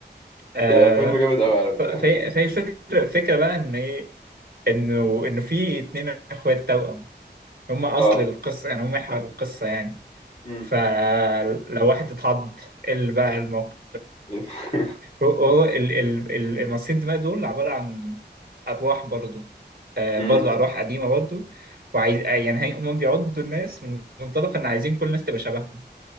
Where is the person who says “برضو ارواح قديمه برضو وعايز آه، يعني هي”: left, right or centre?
Right